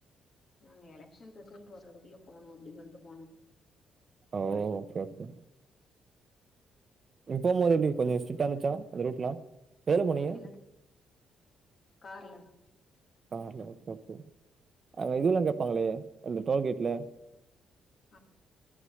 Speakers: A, on the left; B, on the right.
A: நாங்க எலெக்ஷன் ரிசல்ட்டு வர்றதுக்குள்ள போனு அப்டின்னு சொல்ட்டு போனோ
B: ஓ ஓகே ஓகே நீங்க போபோது எப்டி கொஞ்சோ ஸ்டிட்டா இருந்துச்சா அந்த ரூட்லா எதுல போனீங்க
A: என்ன கார்ல
B: கார்ல ஒகே ஒகே அங்க இதுல்லா கேட்பாங்களே அந்த டோல் கேட்ல
A: அ